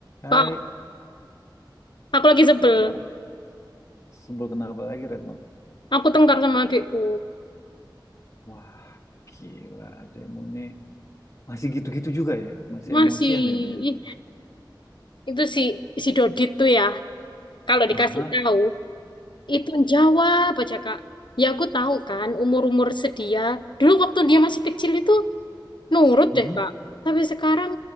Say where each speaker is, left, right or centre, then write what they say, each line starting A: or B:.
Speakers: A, on the left; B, on the left.
A: Hai,
B: Kak, aku lagi sebel.
A: kalau Re- sebel kenapa lagi Retno?
B: Aku tengkar sama adikku.
A: Wah, gila adekmu nih. Masih gitu-gitu juga ya? Masih
B: Masih
A: emosian ya dia?
B: ih, itu si si Dodit tuh ya. Kalau dikasih
A: Aha,
B: tahu, itu jawab aja, Kak. Ya aku tahu kan umur-umur sedia. Dulu waktu dia masih kecil itu nurut
A: mhm.
B: deh, Kak. Tapi sekarang